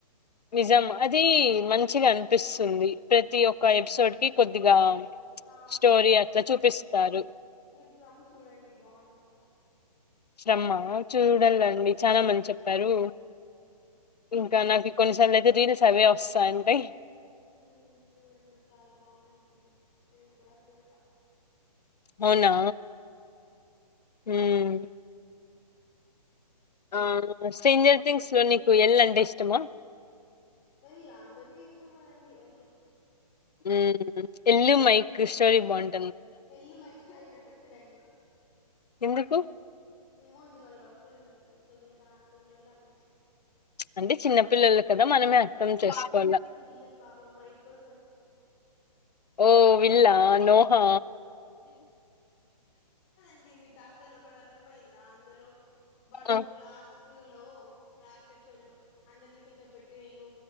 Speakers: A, on the left (about 85°); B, on the left (about 30°).
A: నిజం అదీ మంచిగనిపిస్తుంది ప్రతి ఒక్క ఎపిసోడ్ కి కొద్దిగా
B: ఆ
A: స్టోరీ అట్లా చూపిస్తారు
B: మీరు ఫ్రమ్ చూడండి బావుందంట
A: శఫ్రమ్ ఆ చూడాలండి చాలా మంది చెప్పారు ఇంకా నాకి కొన్నిసార్లయితే రీల్స్ అవే వస్తాంటయ్
B: హ్మ్ చూడండి చాలా బావుంటది నేను కుడా చూసా
A: అవునా హ్మ్ ఆ స్ట్రేంజర్ థింగ్స్ లో నీకు ఎల్ అంటె ఇష్టమా
B: ఎల్ ఆ అందరికీ ఇష్టం కదండి ఎల్
A: ఉమ్ ఎల్లు మైకు స్టోరీ బావున్
B: ఎల్లు మైక్స్టోరీ నాకు నచ్చదండి
A: ఎందుకు
B: ఏమోండి వాల్ లవ్ స్టోరీ నాకు సోగిల్దా సోగీలోల్లె అనిపిస్
A: అంటే చిన్నపిల్లలు కదా మనమే అర్థం చేసుకోవాల
B: పాపం అండి విల్ పాపం మైక్ కోసం
A: ఓ విళ్ళా నోహా
B: దిన్ మీకు అస్సలోకట్ అర్థమయిందా అందులో వాడు
A: ఆ
B: లాస్ట్ లో లాస్ట్ ఎపిసోడ్ లో అందరినీ కూర్చోబెట్టి నేను